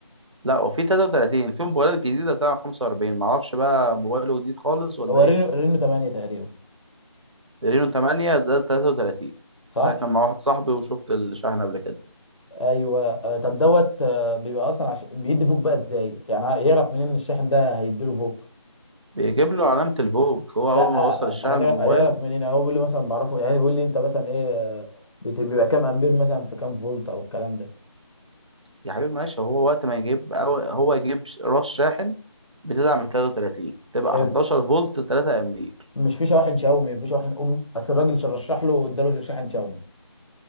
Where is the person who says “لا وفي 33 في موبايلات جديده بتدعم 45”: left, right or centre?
Right